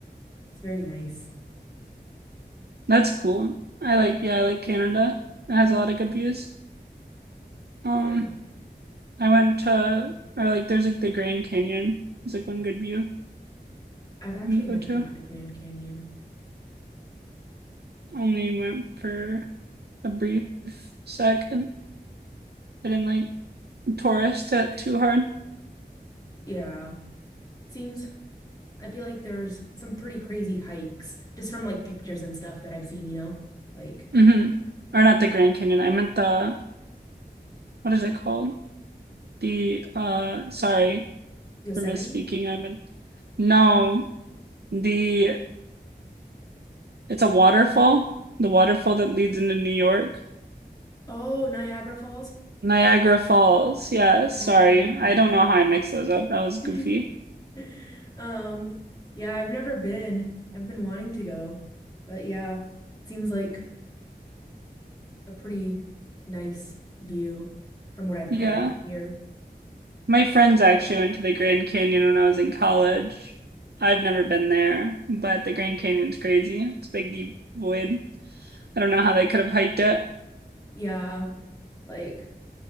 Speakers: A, on the left (about 20°); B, on the right (about 70°).
A: It's very nice.
B: That's cool. I like yeah, I like Canada. It has a lot of good views. Um,
A: Yeah.
B: I went to or like there's like the Grand Canyon. It's like one good view
A: I've actually
B: you
A: never
B: can go to.
A: been to the Grand Canyon.
B: only went for a brief second. I didn't like tourist it too hard.
A: Yeah, it seems, I feel like there's some pretty crazy hikes just from like pictures and stuff that I've seen, you know, like
B: hmm Or not the Grand Canyon. I meant the what is it called? The uh sorry
A: Yosemite?
B: for misspeaking. I meant no, the it's a waterfall. The waterfall that leads into New York.
A: oh, Niagara Falls.
B: Niagara Falls. Yeah, sorry.
A: Oh.
B: I don't know how I mixed those up. That was goofy.
A: <laughs> Um, yeah, I've never been. I've been wanting to go, but yeah, seems like a pretty nice view from what I've heard
B: Yeah.
A: here.
B: My friends actually went to the Grand Canyon when I was in college. I've never been there, but the Grand Canyon's crazy. It's a big, deep void. I don't know how they could have hiked it.
A: Yeah, like